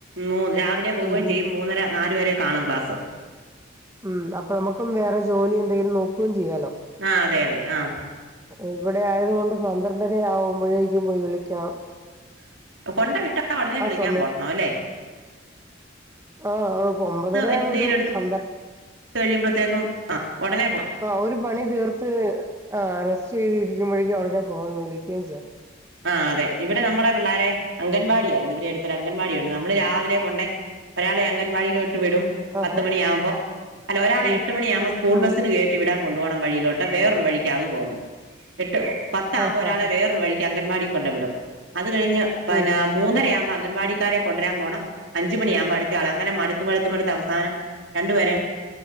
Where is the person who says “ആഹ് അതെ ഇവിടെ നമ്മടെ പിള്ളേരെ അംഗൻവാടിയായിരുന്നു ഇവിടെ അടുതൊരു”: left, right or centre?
Right